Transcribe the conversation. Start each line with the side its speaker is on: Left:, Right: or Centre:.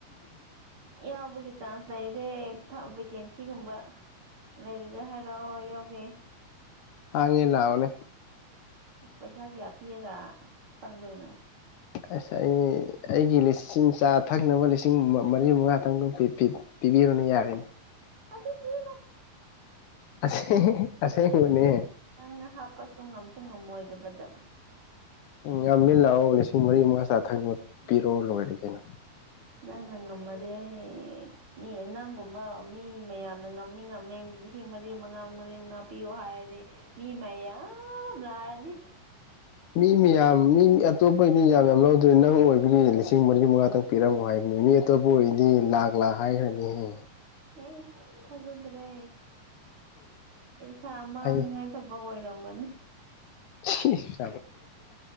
Right: ꯌꯥꯎꯕꯒꯤ ꯆꯥꯡꯁ ꯂꯩꯗꯦ ꯊꯕꯛ ꯚꯦꯀꯦꯟꯁꯤꯒꯨꯝꯕ ꯂꯩꯔꯒ ꯍꯥꯏꯔꯛꯑꯣ ꯌꯥꯎꯒꯦ
Left: ꯍꯥꯡꯉꯦ ꯂꯥꯛꯑꯣꯅꯦ
Right: ꯑꯁ ꯄꯩꯁꯥ ꯀꯌꯥ ꯄꯤꯔꯒ ꯆꯪꯗꯣꯏꯅꯣ
Left: ꯑꯁ ꯑꯩ ꯑꯩꯒꯤ ꯂꯤꯁꯤꯡ ꯆꯥ ꯊꯛꯅꯕ ꯂꯤꯁꯤꯡ ꯃꯔꯤ ꯃꯉꯥꯇꯪ ꯑꯗꯨ ꯄꯤꯌꯨꯅꯦ ꯌꯥꯔꯦꯅꯦ
Right: <unintelligible>
Left: ꯑꯁ ꯍꯦꯍꯦ ꯑꯁꯦꯡꯕꯅꯦ
Right: ꯅꯪꯅ ꯍꯥꯞꯄꯁꯨ ꯉꯝꯁꯨ ꯉꯝꯃꯣꯏꯗꯕꯗ
Left: ꯌꯥꯝꯃꯤ ꯂꯥꯛꯑꯣ ꯂꯤꯁꯤꯡ ꯃꯔꯤ ꯃꯉꯥ ꯆꯥꯊꯛꯕ
Right: ꯎꯝ
Left: ꯄꯤꯔꯣ ꯂꯣꯏꯔꯦ ꯀꯩꯅꯣ
Right: ꯅꯪꯅ ꯉꯝꯃꯗꯤ ꯑꯩ ꯃꯤ ꯅꯪꯒꯨꯝꯕ ꯃꯤ ꯃꯌꯥꯝꯅ ꯉꯝꯃꯤ ꯉꯝꯃꯤ ꯂꯤꯁꯤꯡ ꯃꯔꯤ ꯃꯉꯥ ꯉꯥꯛꯄꯤꯌꯣ ꯍꯥꯏꯔꯗꯤ ꯃꯤ ꯃꯌꯥꯝ ꯂꯥꯛꯑꯅꯤ
Left: ꯃꯤ ꯃꯌꯥꯝ ꯃꯤ ꯑꯇꯣꯞꯄ ꯃꯤ ꯌꯥꯝ ꯌꯥꯝ ꯂꯧꯗ꯭ꯔꯦ ꯅꯪ ꯑꯣꯏꯕꯒꯤ ꯂꯤꯁꯤꯡ ꯃꯔꯤ ꯃꯉꯥꯇꯪ ꯄꯤꯔꯝꯃꯣ ꯍꯥꯏꯕꯅꯤ ꯃꯤ ꯑꯇꯣꯞꯄꯔꯤꯗꯤ ꯂꯥꯛ ꯂꯥꯛ ꯍꯥꯏꯈ꯭ꯔꯅꯤꯍꯦ
Right: ꯑꯦ ꯊꯥꯖꯗ꯭ꯔꯦ ꯄꯩꯁꯥ ꯃꯥꯡꯅꯤꯡꯉꯥꯏ
Left: ꯍꯩ
Right: ꯊꯕꯛ ꯑꯣꯏꯔꯝꯒꯅꯤ
Left: <inaudible>